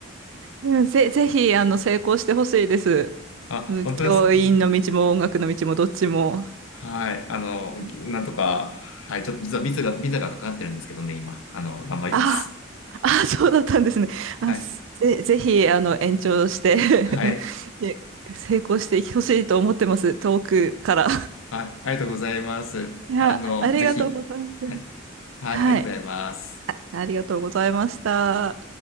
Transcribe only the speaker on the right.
うんぜ、ぜひ、あの、成功してほしいです。
うん教員の道も音楽の道もどっちも。
はい
あーあー、そうだったんですね。あ、
すぜ、ぜひ、あの、延長して
<laughs> で成功してほしいと思ってます。遠くから。
いや、
ありがとうございます。
はい。
ありがとうございました。